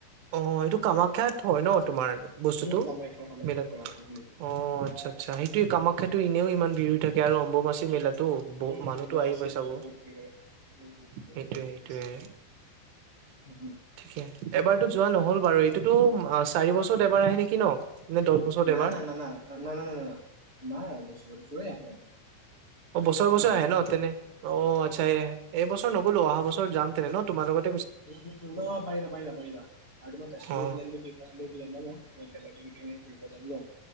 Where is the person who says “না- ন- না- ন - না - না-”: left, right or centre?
Left